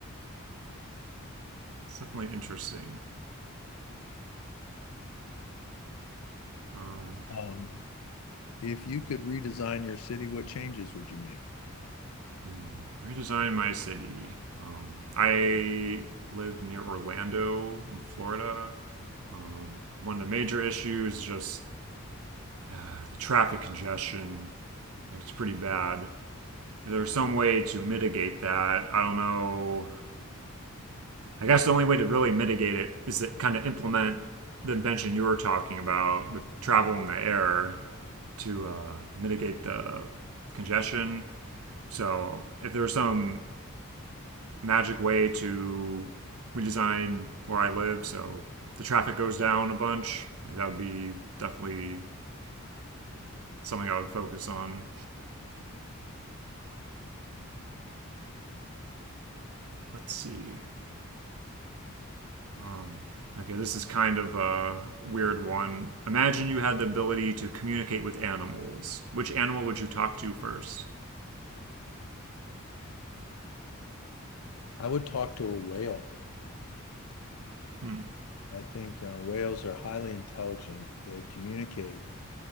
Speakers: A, on the right; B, on the left.
A: It's definitely interesting. Um,
B: Um, if you could redesign your city, what changes would you make?
A: Hmm, Redesign my city. Um, I live near Orlando in Florida. Um, one of the major issues is just uh, the traffic congestion. Like, it's pretty bad. If there's some way to mitigate that. I don't know. I guess the only way to really mitigate it is to kind of implement the invention you were talking about with travel in the air to uh, mitigate the congestion. So if there's some magic way to redesign where I live, so the traffic goes down a bunch. Like that would be definitely something I would focus on. Let's see. Um, okay, this is kind of a weird one. Imagine you had the ability to communicate with animals. Which animal would you talk to first?
B: I would talk to a whale.
A: Hmm.
B: I think uh, whales are highly intelligent. They communicate